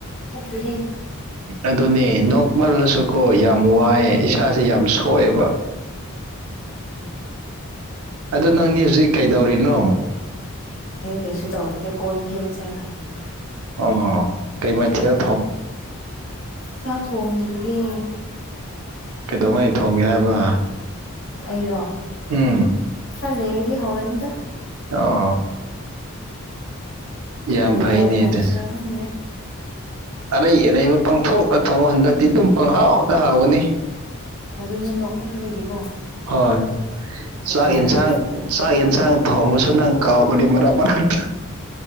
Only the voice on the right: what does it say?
ꯑꯗꯨꯅꯦ ꯅꯣꯛꯃꯜꯂꯁꯨꯀꯣ ꯌꯥꯝ ꯋꯥꯏꯑꯦ ꯏꯁꯥꯁꯦ ꯌꯥꯝ ꯁꯣꯛꯑꯦꯕ
ꯑꯗꯣ ꯅꯪꯗꯤ ꯍꯧꯖꯤꯛ ꯀꯩꯗꯧꯔꯤꯅꯣ
ꯑꯣ ꯀꯩ ꯃꯥꯊꯦꯜ
ꯀꯩꯗꯧꯉꯩ ꯊꯣꯡꯒꯦ ꯍꯥꯏꯕ
ꯎꯝ
ꯑꯣ
ꯌꯥꯝ
ꯐꯩꯅꯦ
ꯑꯗꯨ
ꯑꯔꯩ ꯑꯔꯩꯕ ꯄꯪꯊꯣꯛ ꯊꯣꯡꯉꯣ ꯍꯟꯗꯛꯇꯤ ꯑꯗꯨꯝ ꯄꯪꯍꯥꯎꯗ ꯍꯥꯎꯒꯅꯤ
ꯍꯣꯏ ꯆꯥꯛ
ꯌꯦꯟꯁꯥꯡ ꯆꯥꯛ ꯌꯦꯟꯁꯥꯡ ꯊꯣꯡꯕꯁꯨ ꯅꯪ ꯀꯥꯎꯒꯅꯤ ꯃꯔꯛ ꯃꯔꯛ